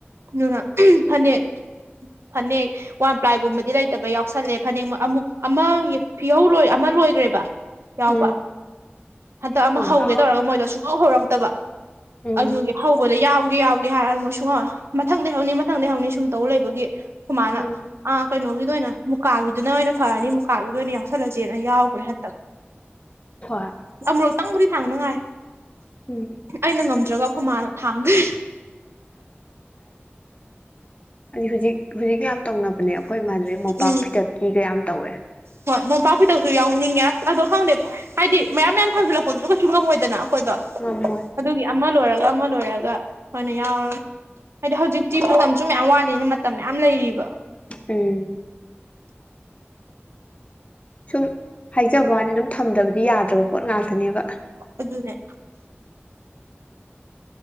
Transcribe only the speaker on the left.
ꯎꯝ
ꯑ
ꯎꯝ
ꯎꯝ
ꯍꯣꯏ
ꯎꯝ
ꯑꯗꯤ ꯍꯧꯖꯤꯛ <unintelligible> ꯇꯧꯅꯕꯅꯦ ꯑꯩꯈꯣꯏ ꯏꯃꯥꯟꯅꯕꯤ ꯃꯣꯝꯄꯥꯛ
ꯐꯤꯗꯛ ꯀꯤꯒ ꯌꯥꯝ ꯇꯧꯋꯦ
ꯉꯝꯃꯣꯏ
ꯎꯝ ꯁꯨꯝ ꯍꯥꯏꯖꯕꯋꯅꯤ ꯑꯗꯨꯝ ꯊꯝꯗꯕꯗꯤ ꯌꯥꯗ꯭ꯔꯕ ꯄꯣꯠ ꯉꯥꯛꯇꯅꯦꯕ